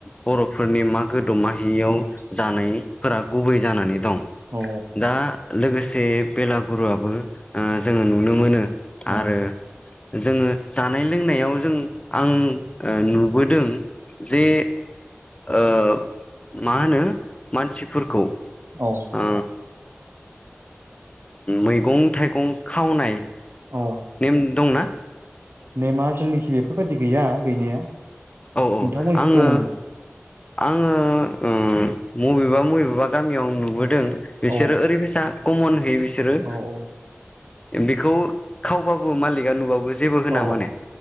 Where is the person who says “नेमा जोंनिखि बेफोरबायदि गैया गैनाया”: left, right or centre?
Right